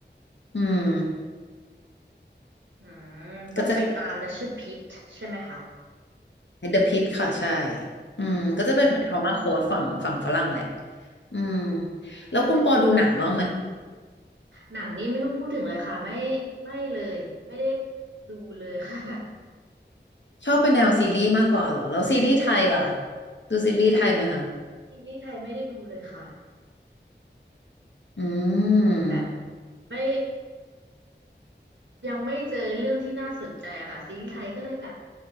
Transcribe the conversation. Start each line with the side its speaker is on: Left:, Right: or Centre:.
Left: อืม
Right: อืมต้องไปตามและชื่อพิทใช่ไหมคะ
Left: ก็จะคล้ายๆ The Pitt ค่ะใช่อืมก็จะเป็นเหมือน
Right: พิท
Left: trauma code ฝั่งฝั่งฝรั่งแหละอืมแล้วคุณปอดูหนังบ้างไหม
Right: นะหนังนี้ไม่ต้องพูดถึงเลยค่ะไม่ไม่เลยไม่ได้ดูเลยค่ะ
Left: ชอบเป็นแนวซีรีส์มากกว่าเหรอแล้วซีรีส์ไทยล่ะดูซีรีส์ไทยไหมคะ
Right: <laughs> ซีรีส์ไทยไม่ได้ดูเลยค่ะ
Left: อืม
Right: แบบไม่ยังไม่เจอเรื่องที่น่าสนใจอะค่ะซีรีส์ไทยก็เลยแบบ